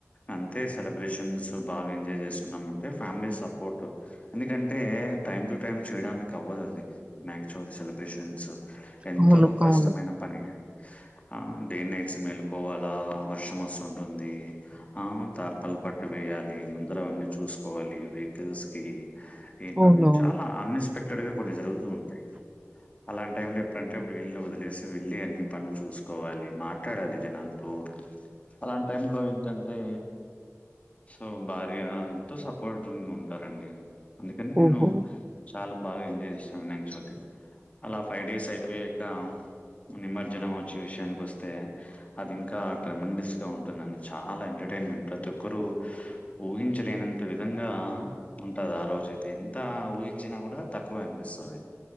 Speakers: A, on the left; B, on the right.
A: అంతే సెలబ్రేషన్స్ బాగా ఎంజాయ్ చేస్తున్నాం అంటే ఫ్యామిలీ సపోర్ట్ ఎందుకంటే టైమ్ టు టైమ్ చేయడానికి అవ్వదు అది వినాయకచవితి సెలబ్రేషన్స్ ఎంతో
B: అవును.
A: కష్టమైన
B: అవును.
A: పని ఆ డే నైట్స్ మేలిపోవాల వర్షం వస్తున్ టుంది అవును తార్పాల పట్టు వెయ్యాలి ముందర అవన్నీ చూసుకోవాలి వెహికల్స్ కి ఏంటి
B: అవునవును.
A: అవి చాలా అన్ఎక్స్పెక్టెడ్ గా కొన్ని జరుగుతూ ఉంటాయి అలాంటి టైం లో ఎప్పుడంటే అప్పుడు ఇల్లు వదిలేసి వెళ్ళి అన్ని పనులు చూసుకోవాలి మా ట్లాడాలి జనాలతో అలాంటి టైం లో ఏంటంటే సో భార్య ఎంతో సపోర్టిగ ఉంటారండి అందుకని నేను
B: ఓహో!
A: చాలా బాగా ఎంజాయ్ చేస్తాం వినాయక చవితి అలా ఫైవ్ డేస్ అయిపోయాక నిమజ్జనం వచ్చి విషయానికి వస్తే అది ఇంకా ట్రెమిస్ గా ఉంటుందండి చాలా ఎంటర్టైన్మెంట్ ప్రతి ఒక్కరు ఊహించలేనంత విధంగా ఉంటది ఆ రోజు అయితే ఎంత ఊహించినా కూడా తక్కువె అనిపిస్తది